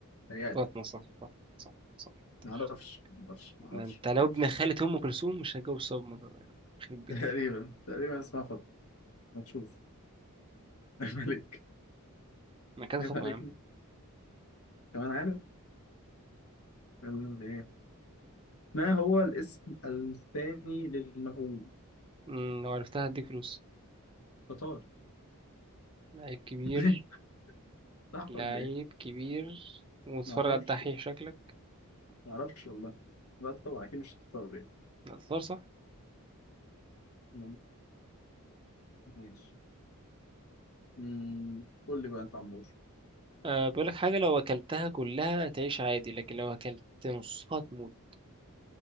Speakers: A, on the left; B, on the right.
A: تهيألي
B: فاطمة صح صح صح صح تخرب.
A: معرفش معرفش معرفش
B: ده انت لو
A: معرفش
B: ابن خالة أم كلثوم مش هتجوز صدمة ده يعني. يخرب
A: <laughs>
B: بيتك
A: تقريبا تقريبا اسمها فاطمة هنشوف <laughs> ملك
B: ما كده
A: ينفع
B: فاطمة
A: دي
B: يا عم
A: كده كمان عارف كان ايه ما هو الاسم الثاني للمغول
B: مم، لو عرفتها هديك فلوس
A: تتار
B: لعيب كبير
A: <laughs> صح
B: لعيب
A: ولا ايه؟
B: كبير ومتفرج
A: ما اعرفش
B: على الدحيح شكلك
A: ما اعرفش والله لا طبعا اكيد مش تتار
B: لا، تختار صح
A: يعني ماشي أمم، قول لي بقى انت عمور
B: أه بقولك حاجة لو أكلتها كلها تعيش عادي لكن لو أكلت نصها تموت